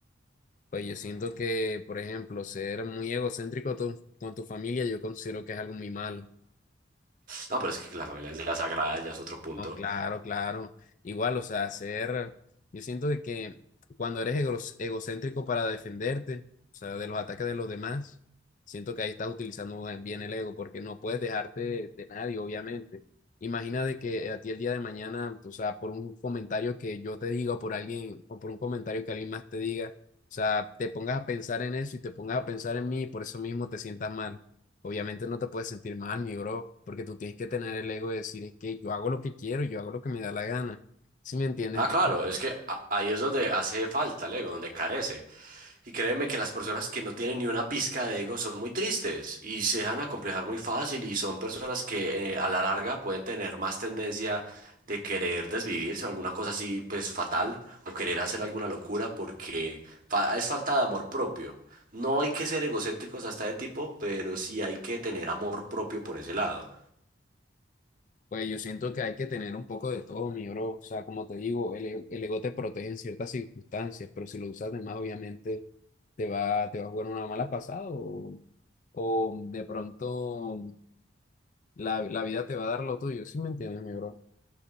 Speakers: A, on the left; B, on the right.
A: Pues yo siento que, por ejemplo, ser muy egocéntrico tú- con tu familia, yo considero que es algo muy malo.
B: No, pero es que la familia es la sagrada, ya es otro punto.
A: No, claro, claro. Igual, o sea, ser, yo siento de que cuando eres egros- egocéntrico para defenderte, o sea, de los ataques de los demás, siento que ahí estás utilizando bien el ego, porque no puedes dejarte de, de nadie, obviamente. Imagina de que a ti el día de mañana, o sea, por un comentario que yo te diga o por alguien, o por un comentario que alguien más te diga, o sea, te pongas a pensar en eso y te pongas a pensar en mí y por eso mismo te sientas mal. Obviamente no te puedes sentir mal, mi bro, porque tú tienes que tener el ego de decir, es que yo hago lo que quiero, yo hago lo que me da la gana. ¿Sí me entiendes?
B: Ah,
A: Entonces,
B: claro, es que a- ahí es donde hace falta el ego, donde carece. Y créeme que las personas que no tienen ni una pizca de ego son muy tristes y se dejan acomplejar muy fácil y son personas que eh, a la larga pueden tener más tendencia de querer desvivirse o alguna cosa así pues fatal o querer hacer alguna locura porque fa- es falta de amor propio. No hay que ser egocéntricos hasta de tipo, pero sí hay que tener amor propio por ese lado.
A: pues yo siento que hay que tener un poco de todo, mi bro. O sea, como te digo, el, e- el ego te protege en ciertas circunstancias, pero si lo usas de más, obviamente te va, te va a jugar una mala pasada o, o de pronto la, la vida te va a dar lo tuyo. ¿Sí me entiendes, mi bro?